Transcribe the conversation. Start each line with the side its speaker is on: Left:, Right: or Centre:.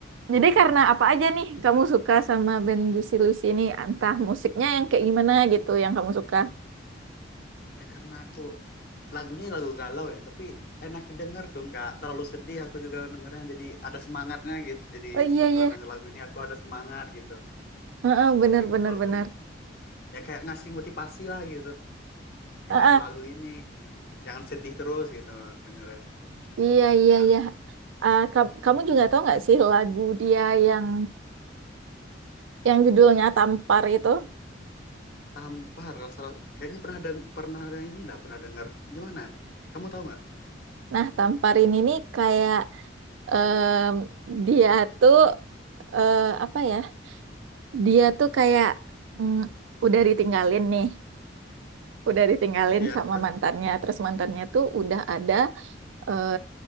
Right: Jadi karena apa aja nih kamu suka sama band Juicy Lucy ini? Entah musiknya yang kayak gimana gitu yang kamu suka.
Left: ya karena aku lagunya lagu galau ya tapi enak denger tuh nggak terlalu sedih aku juga dengernya jadi ada semangatnya gitu jadi
Right: Oh iya
Left: setelah
Right: iya,
Left: denger lagu ini aku ada semangat gitu
Right: Heeh, bener
Left: Bi-
Right: bener
Left: walaupun
Right: bener.
Left: ya kayak ngasih motivasi lah gitu ya
Right: Heeh,
Left: nggak selalu ini jangan sedih terus gitu aku dengernya
Right: iya iya
Left: ya
Right: iya. Ah, ka- kamu juga tahu nggak sih lagu dia yang yang judulnya Tampar itu?
Left: tampar rasa kayaknya pernah deng pernah ada ini nggak pernah denger gimana kamu tahu nggak
Right: Nah, Tampar ini nih kayak em, dia tuh eh, apa ya? Dia tuh kayak mm, udah ditinggalin nih, udah ditinggalin
Left: ya
Right: sama
Left: terus
Right: mantannya. Terus mantannya tuh udah ada eh,